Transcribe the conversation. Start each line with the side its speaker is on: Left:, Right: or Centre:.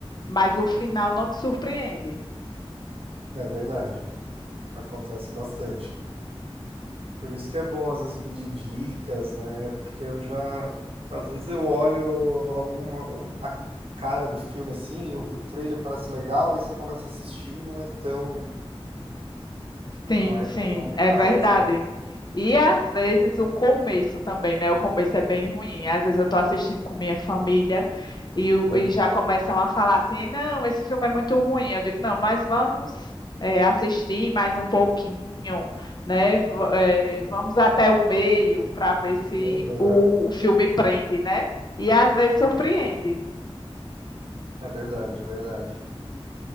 Left: mas o final não te surpreende.
Right: É verdade. Acontece bastante. Por isso que é bom às vezes pedir dicas, né? Porque eu já às vezes eu olho alguma a cara do filme assim, o, o trailer parece legal, aí você começa a assistir, e não é tão
Left: Sim,
Right: não é
Left: sim,
Right: tão legal
Left: é verdade.
Right: assim.
Left: E às vezes o começo também, né? O começo é bem ruim. Às vezes eu tô assistindo com minha família e, o-
Right: Uhum.
Left: e já começam a falar assim: não, esse filme é muito ruim. Eu digo: não, mas vamos é, assistir mais um pouquinho, né? V- é, vamos até o meio para ver se
Right: Aham.
Left: o, o filme prende, né? E às vezes surpreende.
Right: É verdade, é verdade.